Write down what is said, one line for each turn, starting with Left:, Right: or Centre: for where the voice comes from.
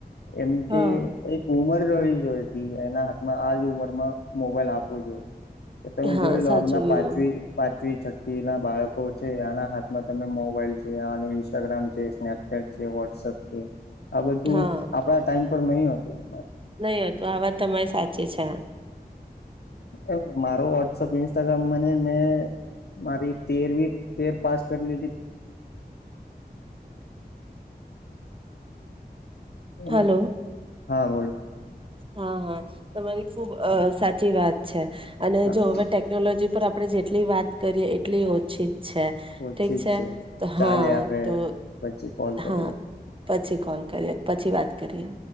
Left: એમ
Right: હા
Left: કે એક ઉમર રહી જોઈ હતી એના હાથમાં આજ ઉંમર માં મોબાઈલ આપવો જોયે. તમે
Right: હા
Left: જોઈ લો
Right: સાચું
Left: આમના
Right: કીધું
Left: પાંચમ પાચ પાંચવી છઠ્ઠી ના બાળકો છે, આના હાથમાં તમે મોબાઈલ છે. આનું ઇન્સ્ટાગ્રામ છે. સ્નેપ સ્નેપ ચેટ છે, વોટ્સઅપ છે. આ બધું
Right: હા
Left: આપણા ટાઈમ પર નહી હતું.
Right: નહી હતું આ વાત તમારી સાચી છે.
Left: હવે મારો વોટ્સઅપ, ઇન્સ્ટાગ્રામ મને મેં મારી તેરવી તેર પાસ કરી લીધી. લીધી
Right: હલો!
Left: હા બોલો.
Right: હા હા. તમારી ખુબ સાચી વાત છે. અને
Left: હા
Right: જો હવે ટેકનોલોજી પર આપણે જેટલી વાત કરીએ, એટલી ઓછી. છે
Left: ઓછી
Right: ઠીક
Left: જ
Right: છે. હા
Left: ચાલે આપડે
Right: તો
Left: પછી કોલ કરીએ.
Right: હા પછી કોલ કરીએ, પછી વાત કરીએ.